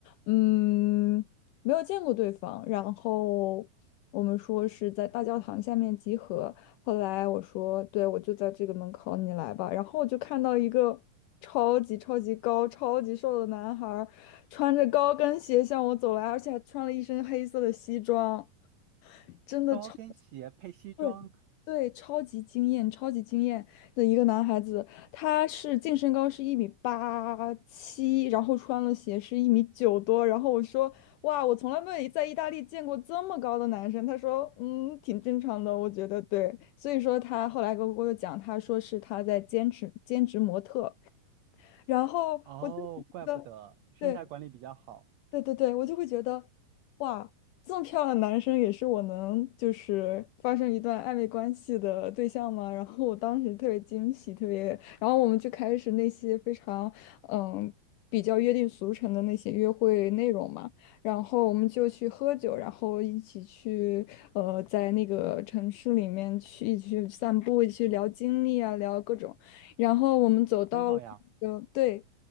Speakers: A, on the left (about 80°); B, on the right (about 75°).
A: 嗯，没有见过对方，然后我们说是在大教堂下面集合，后来我说，对，我就在这个门口，你来吧。然后我就看到一个超级超级高、超级瘦的男孩儿，穿着高跟鞋向我走来，而且还穿了一身黑色的西装，真的超。
B: 高跟鞋配西装，
A: 对，对，超级惊艳，超级惊艳的一个男孩子，他是净身高是一米八七，然后穿了鞋是一米九多，然后我说哇，我从来没有在意大利见过这么高的男生。他说嗯，挺正常的，我觉得对。所以说他后来跟我讲，他说是他在兼职兼职模特，然后我就觉得。
B: 哦，怪不得身材管理比较好，
A: 对，对对对，我就会觉得，哇，这么漂亮的男生也是我能就是发生一段暧昧关系的对象吗？<laughs> 然后我当时特别惊喜，特别，然后我们就开始那些非常嗯比较约定俗成的那些约会内容嘛，然后我们就去喝酒，然后一起去呃在那个城市里面去一起去散步，一起去聊经历啊，聊各种，然后我们走到了，
B: 很好呀。
A: 呃，对。